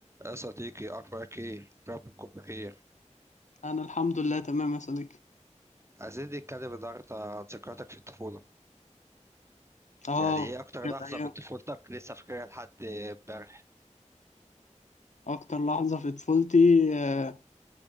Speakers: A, on the right (about 20°); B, on the left (about 70°).
A: يا صديقي أخبارك إيه؟ رب تكون بخير
B: انا الحمد لله تمام يا صديقي
A: عايزين نتكلم النهاردة عن ذكرياتك في الطفولة
B: اه
A: يعني إيه أكتر
B: كانت
A: لحظة
B: ايام
A: من طفولتك لسه فاكرها لحد إمبارح؟
B: اكتر لحظه في طفولتي آه،